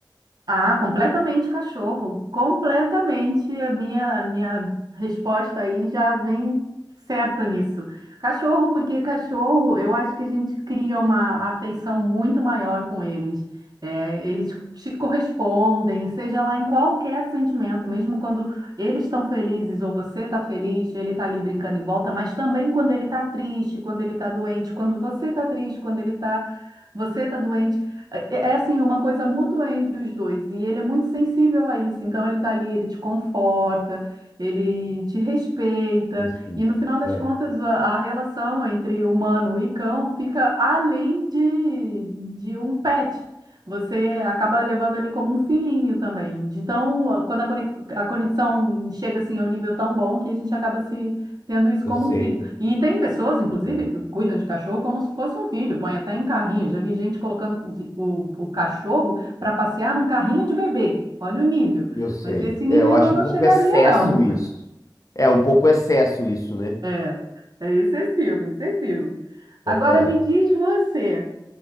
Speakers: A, on the right (about 55°); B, on the left (about 45°).
A: Ah, completamente cachorro. Completamente. A minha, a minha resposta aí já vem certa nisso. Cachorro, porque cachorro, eu acho que a gente cria uma afeição muito maior com eles. É, eles te correspondem, seja lá em qualquer sentimento, mesmo quando eles estão felizes ou você está feliz, ele está ali brincando em volta, mas também quando ele está triste, quando ele está doente, quando você está triste, quando ele está, você está doente. É é, é assim, uma coisa mútua entre os dois, e ele é muito sensível a isso, então ele tá ali, ele te conforta, ele te respeita,
B: Eu sim.
A: e no final das
B: É,
A: contas a, a relação entre humano e cão fica além de, de um pet. Você acaba levando ele como um filhinho também. De tão, quando a conex- a conexão chega assim a um nível tão bom que a gente acaba se tendo isso
B: Eu
A: como
B: sei,
A: um filho. E tem pessoas, inclusive,
B: é, é.
A: que cuidam de cachorro como se fosse um filho, põe até em carrinho. Já vi gente colocando de- o, o cachorro para passear num carrinho de bebê. Olha o nível.
B: eu sei.
A: Mas esse nível
B: É, eu acho
A: eu não
B: um pouco
A: chegaria,
B: excesso
A: não.
B: isso.
A: <laughs>
B: É, um pouco excesso isso, né?
A: É, é excessivo, excessivo.
B: É,
A: Agora me diz você,